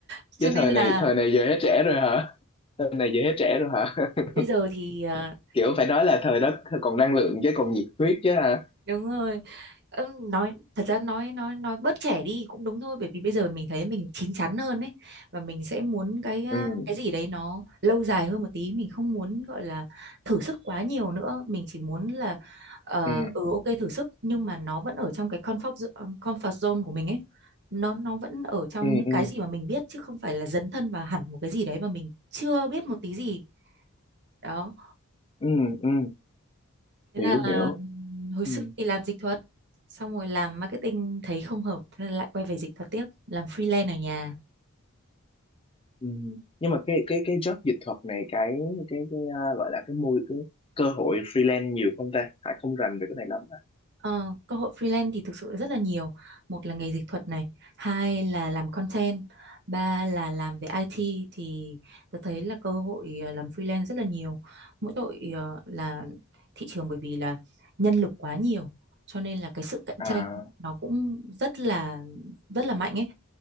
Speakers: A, on the right; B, on the left.
A: cho
B: chứ
A: nên
B: thời
A: là
B: này thời này giờ hết trẻ rồi hả thời này giờ hết trẻ rồi hả <laughs>
A: bây giờ thì ờ,
B: kiểu phải nói là thời đó còn năng lượng chứ còn nhiệt huyết chứ hả
A: Đúng rồi. Ơ, nói thật ra nói nói nói bớt trẻ đi cũng đúng thôi bởi vì bây giờ mình thấy mình chín chắn hơn ấy và mình sẽ muốn cái à,
B: ừ
A: cái gì đấy nó lâu dài hơn một tí mình không muốn gọi là thử sức quá nhiều nữa mình chỉ muốn là ờ,
B: ừ
A: ừ ok thử sức nhưng mà nó vẫn ở trong cái comfort zo- comfort zone của mình ấy nó nó vẫn ở trong
B: ừ
A: những
B: ừ
A: cái gì mà mình biết chứ không phải là dấn thân vào hẳn một cái gì đấy mà mình chưa biết một tí gì đó
B: ừ ừ
A: Thế
B: hiểu
A: là
B: hiểu
A: hồi
B: ừ
A: xưa thì làm dịch thuật, xong rồi làm marketing thấy không hợp, thế là lại quay về dịch thuật tiếp, làm freelance ở nhà.
B: ừ nhưng mà cái cái cái job dịch thuật này cái cái cái à, gọi là cái môi cái cơ hội freelance nhiều không ta Hải không rành về cái này lắm à
A: Ờ, cơ hội freelance thì thực sự rất là nhiều. Một là nghề dịch thuật này, hai là làm content, ba là làm về IT thì tôi thấy là cơ hội ờ, làm freelance rất là nhiều. Mỗi tội ờ, là thị trường bởi vì là nhân lực quá nhiều, cho nên là cái sự cạnh
B: à
A: tranh nó cũng rất là rất là mạnh ấy.